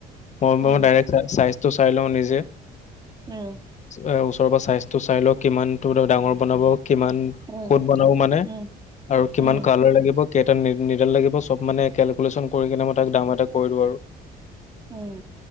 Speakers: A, on the left; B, on the right.
A: মই ম
B: উম
A: ডাইৰেক্ট চা চাইজ টো চাই লওঁ নিজে
B: উম
A: অ ওচৰ পৰা চাইজটো চাই লও কিমান ডাঙৰ বনাব কিমান
B: উম
A: ক'ত বনাব মানে
B: উম
A: আৰু কিমান
B: উম উম
A: কাৰলাৰ লাগিব কেইটা নি নিগেল লাগিব চব মানে কেলকুলেশ্যন কৰি কিনে মই তাক দাম এটা কৰি দিওঁ আৰু
B: উম